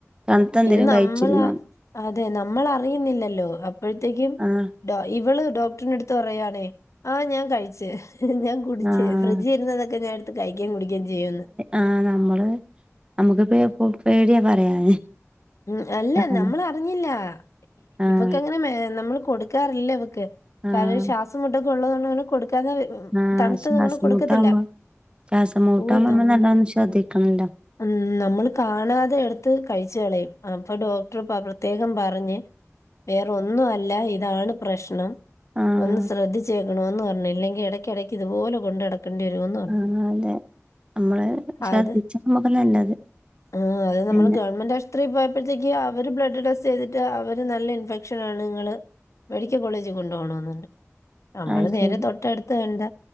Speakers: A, on the right (about 20°); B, on the left (about 70°).
A: തണുത്ത എന്തേലും
B: ഇത് നമ്മൾ
A: കഴിച്ചിരുന്നോ
B: അതെ നമ്മൾ അറിയുന്നില്ലല്ലോ അപ്പഴത്തേക്കും
A: ആഹ്
B: ട്ടോ ഇവള് ഡോക്ടറിനടുത്ത് പറയാണേ ആ ഞാൻ കഴിച്ച് ഞാ കുടിച്ച്
A: ആഹ്
B: ഫ്രിഡ്ജിരുന്നതൊക്കെ ഞാനെടുത്ത് കഴിക്കേം കുടിക്കേം ചെയ്യുന്ന്
A: ആഹ നമ്മള് നമ്മക്ക് പേ പോ പേടിയാ പറയാന്
B: ഉ അല്ല
A: ആഹ്
B: നമ്മൾ അറിഞ്ഞില്ല
A: ആഹ്
B: ഇവക്കങ്ങനെ നമ്മൾ കൊടുക്കാറില്ല
A: ആഹ്
B: കാരണം ശ്വാസം മുട്ടൊക്കെ ഉള്ളതൊണ്ടങ്ങനെ കൊടുക്കാത്തത് ഉ
A: ആഹ്
B: തണുത്തത്
A: ശ്വാസം
B: ഞങള് കൊടുക്കത്തില്ല
A: മുട്ടാവുമ്പോ ശ്വാസം മുട്ടാവുമ്പോ
B: ഓ നമ്മള്
A: നല്ലോണം ശ്രദ്ധിക്കണല്ലോ
B: ഉം നമ്മള് കാണാതെ എട്ത്ത് കഴിച്ച് കളയും അപ്പൊ ഡോക്ടർ പ്രത്യേകം പറഞ്ഞ് വേറൊന്നും അല്ല ഇതാണ് പ്രശ്നം
A: ആഹ്
B: ഒന്ന് ശ്രദ്ധിച്ചേക്കണോന്ന് പറഞ്ഞു ഇല്ലെങ്കിൽ ഇടക്കിടയ്ക്ക് ഇതുപോലെ കൊണ്ടടക്കണം ക്കണ്ടി വരൂന്ന് പറഞ്ഞു
A: ആഹ് അതെ നമ്മള് ശ്രദ്ധിച്ചാ
B: അത്
A: നമ്മുക്ക് നല്ലത്
B: ആ അത് നമ്മള്
A: പിന്നെ
B: ഗവൺമെന്റ് ആശ് ത്രി പോയപ്പത്തേക്ക് അവര് ബ്ലഡ് ടെസ്റ്റ് ചെയ്തിട്ട് അവര് നല്ല ഇൻഫെക്ഷനാണ് നിങ്ങള് മെഡിക്കൽ കോളേജ് കൊണ്ടോണന്നറിഞ്ഞ് നമ്മള്
A: അത്
B: നേരെ
A: ശരി
B: തൊട്ടടുത്ത് കണ്ട